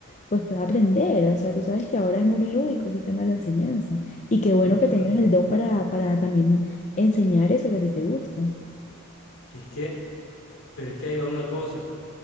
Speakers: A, on the left; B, on the left.
A: pues pueda aprender. O sea, tú sabes que ahora es muy lúdico ese tema de la enseñanza y qué bueno que tengas
B: Mm,
A: el don para, para también enseñar eso que a ti te gusta.
B: Es que, pero es que ahí va una cosa.